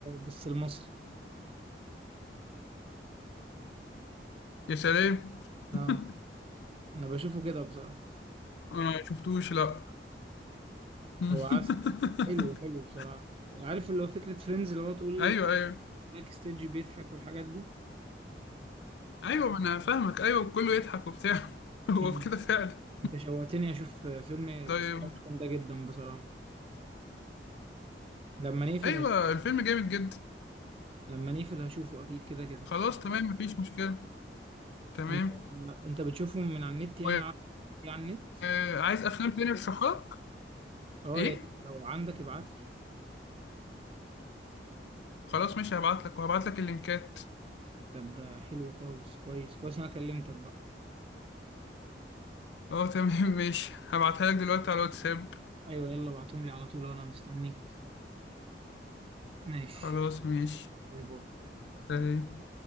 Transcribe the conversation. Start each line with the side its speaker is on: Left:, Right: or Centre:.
Right: بس المصري
Left: يا سلام
Right: اه
Left: آه،
Right: انا بشوفه كده بصراحة
Left: ما شفتوش لا <laughs>
Right: هو عسل حلو حلو بصراحة عارف اللي هو فكرة فريندز اللي هو تقول
Left: ايوه ايوه
Right: باك ستيج بيضحك والحاجات دي
Left: ايوه ما انا فاهمك ايوه كله يضحك وبتاع <laughs> هو
Right: مم.
Left: في كده فعلا
Right: انت شوقتني اشوف فيلم اكستراكشن
Left: طيب
Right: ده جدا بصراحة لما نقفل
Left: ايوه
Right: هش...
Left: الفيلم جامد جدا
Right: لما نقفل هشوفه اكيد كده كده
Left: خلاص تمام مفيش مشكله تمام
Right: انت انت بتشوفهم من على النت يعني
Left: و-
Right: ع- يعني على النت
Left: آه، عايز افلام تاني ارشحها لك
Right: اه
Left: ايه
Right: يا ريت لو عندك ابعت لي
Left: خلاص ماشي هبعت لك وهبعت لك اللينكات
Right: طب ده حلو خالص كويس كويس انا كلمتك بقى
Left: اه تمام <laughs> ماشي هبعتها لك دلوقتي على الواتساب
Right: ايوه يلا ابعتهم لي على طول انا مستنيك ماشي
Left: خلاص ماشي
Right: باي باي
Left: سلام